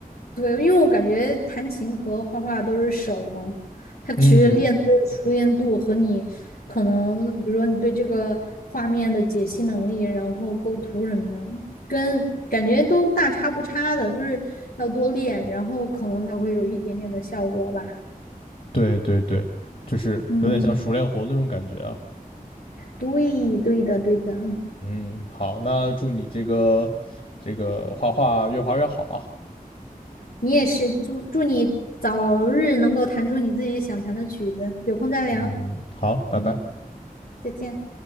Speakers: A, on the left (about 85°); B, on the left (about 65°).
A: 对，因为我感觉弹琴和画画都是手嘛，它其实练的就是熟练度和你可能，
B: 嗯，
A: 比如说你对这个画面的解析能力，然后构图什么的，跟感觉都大差不差的，就是要多练，然后可能才会有一点点的效果吧。
B: 对对对，就是有点像熟练活那种感觉啊。
A: 嗯，对，对的，对的。
B: 嗯，好，那祝你这个这个画画越画越好啊。
A: 你也是，祝祝你早日能够弹出你自己想弹的曲子，有空再聊，
B: 嗯，好，拜拜。
A: 嗯，再见。